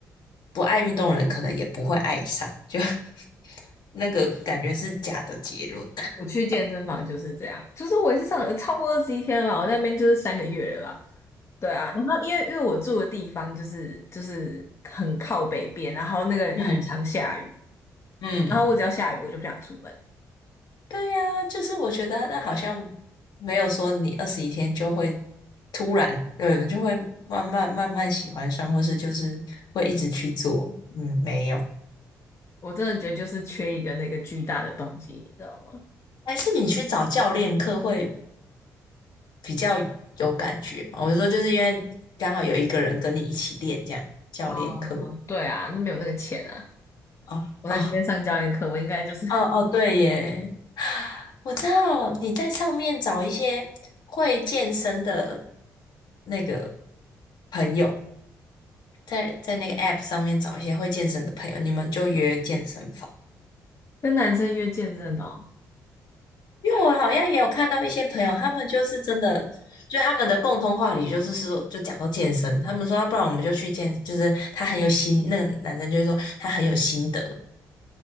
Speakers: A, on the left; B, on the left.
A: 不爱运动的人，可能也不会爱上，就 <laughs> 那个感觉是假的结论。<laughs>
B: 我去健身房就是这样，就是我也是上超过二十一天吧，我那边就是三个月了吧，对啊，然后因为因为我住的地方就是就是很靠北边，然后那个很常下雨，
A: 嗯嗯。
B: 然后我只要下雨我就不想出门，
A: 对呀，就是我觉得那好像没有说你二十一天就会突然，对，就会慢慢慢慢喜欢上，或是就是会一直去做。嗯，没有，
B: 我真的觉得就是缺一个那个巨大的动机，你知道吗？
A: 还是你去找教练课会比较有感觉嘛我是说，就是因为刚好有一个人跟你一起练，这样教练课。
B: 哦，对啊，那没有那个钱啊，
A: 哦哦
B: 我在这边上教练课，我应该就是 <laughs>
A: 哦哦，对耶，<sighs> 我知道你在上面找一些会健身的那个朋友。在在那个 App 上面找一些会健身的朋友，你们就约健身房。
B: 跟男生约健身哦，
A: 因为我好像也有看到一些朋友，他们就是真的，就他们的共同话题就是说，就讲到健身，他们说，啊不然我们就去健，就是他很有心，那个男生就会说他很有心得，